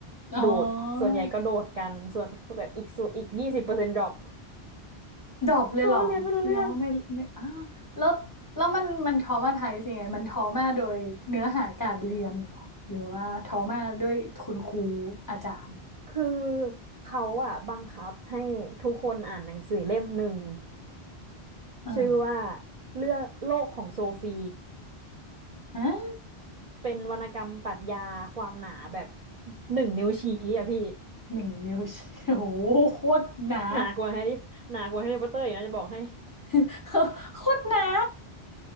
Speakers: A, on the left (about 20°); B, on the right (about 50°).
A: อ๋อ
B: โดดส่วนใหญ่ก็โดดกันส่วนแบบอีกส่วนอีกยี่สิบเปอร์เซ็นต์ดรอป
A: ดรอปเลยเหรอแสดงว่าไม่ไม่อ้าวแล้วแล้วมันมันทอมาไทยสิไงมันทอมาโดยเนื้อหาการเรียนเหรอหรือว่าทอมาด้วยคุณครู
B: เพราะว่าเรียนไม่รู้เรื่อง
A: อาจารย์
B: คือเขาอะบังคับให้ทุกคนอ่านหนังสือเล่มหนึ่ง
A: เออ
B: ชื่อว่าเรื่องโลกของโซฟี
A: ฮะ
B: เป็นวรรณกรรมปรัชญาความหนาแบบหนึ่งนิ้วชี้อะพี่
A: หนึ่งนิ้วชี้โอ้โหโคตรหนา
B: <laughs> หนากว่าแฮร์รี่หนากว่าแฮร์รี่พอตเตอร์อีกนะจะบอกให้
A: <laughs> โคตรหนา